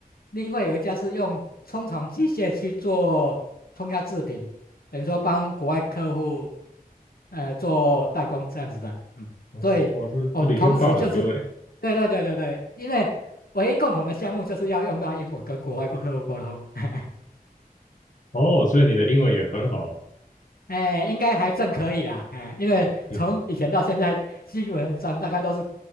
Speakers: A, on the left; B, on the left.
A: 另外有一家是用冲床机械去做冲压制品，等于说帮国外客户，呃，做代工这样子的，嗯，
B: 哦，
A: 所以我同时就是，
B: 哦，这这领域跨很多诶。
A: 对对对对对，因为唯一共同的项目就是要用到英文跟国外客户沟通。<laughs>
B: 哦，所以你的英文也很好，
A: 哎，应该还算可以啦，哎，因为从以前到现在，
B: 嗯，
A: 基本上大概都是